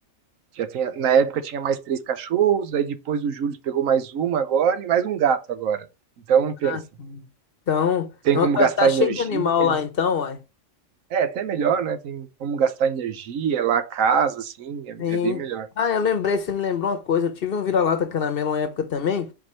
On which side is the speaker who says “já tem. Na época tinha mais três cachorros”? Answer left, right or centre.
Right